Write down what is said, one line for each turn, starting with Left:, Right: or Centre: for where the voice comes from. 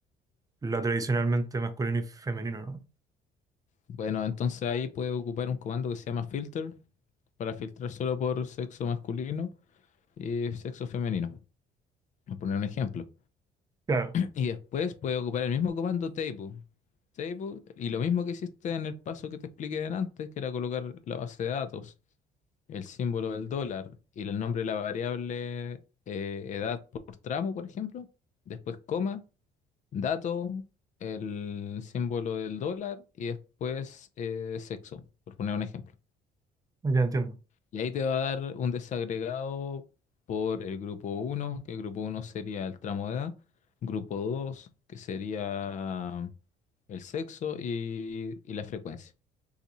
Right: lo tradicionalmente masculino y femenino, ¿no?
Left: Bueno, entonces ahí puedes ocupar un comando que se llama filter para filtrar solo por sexo masculino y sexo femenino. Por poner un ejemplo.
Right: Claro.
Left: Y después puedes ocupar el mismo comando table. Table, y lo mismo que hiciste en el paso que te expliqué antes, que era colocar la base de datos. el símbolo del dólar y el nombre de la variable eh, edad por tramo, por ejemplo, después coma, dato, el símbolo del dólar y después eh, sexo, por poner un ejemplo.
Right: Ya entiendo.
Left: Y ahí te va a dar un desagregado por el grupo uno que el grupo uno sería el tramo de edad, grupo 2 que sería el sexo y, y la frecuencia.